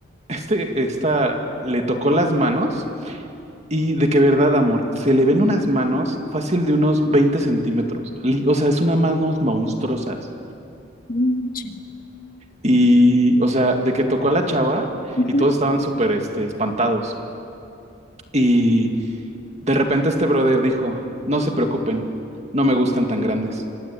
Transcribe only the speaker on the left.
mm, sí.
Ujú.